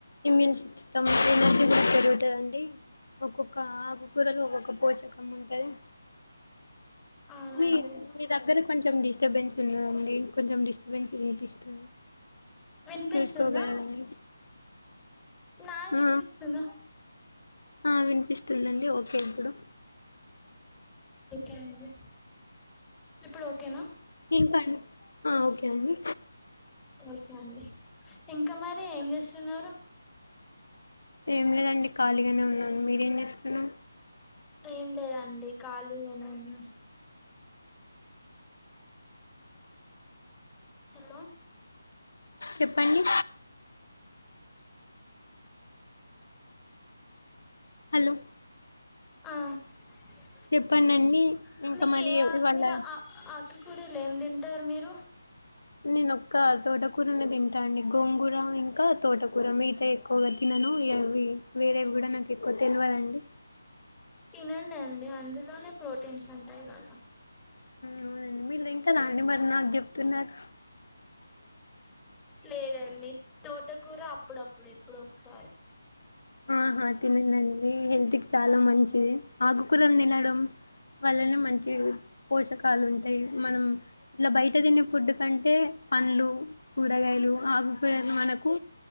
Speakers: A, on the left (about 85°); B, in the centre.
A: ఇమ్యూన్ సిస్టమ్నేది జరుగుతుందిండి ఒక్కొక్క ఆ కూరలో ఒక్కొక్క పోషకం ఉంటుంది
B: అవునండి
A: మీ మీ దగ్గర కొంచెం డి స్టబెన్స్ ఉన్నాండి కొంచెం డిస్టబెన్స్ వినిపిస్తుంది
B: వినిపిస్తుందా
A: చూసుకోగలరండి
B: నాది
A: ఆ
B: వినిపిస్తుంద
A: ఆ వినిపిస్తుందండి ఓకే ఇప్పుడు
B: ఓకే అండి ఇప్పుడు ఓకేన
A: ఇంకా ఒకే అండి
B: ఓకే అండి ఇంకా మరి ఏం చేస్తున్నారు
A: ఏం లేదండి ఖాళీగానే ఉన్నాను మీరేం చేస్తున్నా
B: ఏం లేదండి ఖాళీ అని ఉన్నా హలో
A: చెప్పండి హలో
B: <unintelligible>
A: చెప్పండి అండి ఇంకా మరి ఇవాళ
B: కూరలు ఏం తింటారు మీరు
A: నేనొక్క తోటకూరనే తింటా అండి గోంగూర ఇంకా తోటకూర మితా ఎక్కువగా తినను అవి వేరేవి కూడానాకు ఎక్కువ తెలివదండి
B: తినం అండి అందులోనే ప్రోటీన్స్ ఉంటాయి కదా
A: అవునండి మీరు తింటార అండి మరి నాకు చెప్తున్నారు
B: లేదండి తోట కూర అప్పుడప్పుడు ఎప్పుడో ఒక సారి
A: ఆహా తినదండి హెల్త్ కి చాల మంచిది ఆకుకురలు తినడం వల్లనే మంచి పోషకాలు ఉంటాయి మనం ఇట్ల బయట తినే ఫుడ్ కంటే పండ్లు కూరగాయలు ఆకూకురలు మనకు